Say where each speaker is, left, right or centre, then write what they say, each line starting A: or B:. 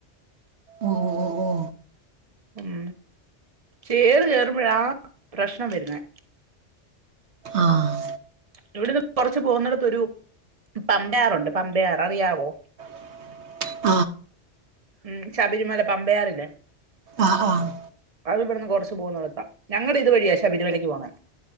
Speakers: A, on the right; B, on the right.
A: ഓ ഓ ഓ
B: ഉം ചേറ് കേയറുമ്പോഴാ പ്രശ്നം വരുന്നെ
A: ആഹ്
B: ഇവിടെന്ന് കൊറച്ചു പോകുന്നിടത്തൊരു പമ്പയാറുണ്ട് പമ്പയാർ അറിയാവോ
A: <inaudible>
B: ഉം ശബരിമല പമ്പയാറില്ലേ
A: ആഹ് ആഹ്
B: അത് ഇവിടുന്ന് കൊറച്ചു പോകുന്നോടത്ത ഞങ്ങടെ ഇതുവഴിയ ശബരിമലക്ക് പോന്നെ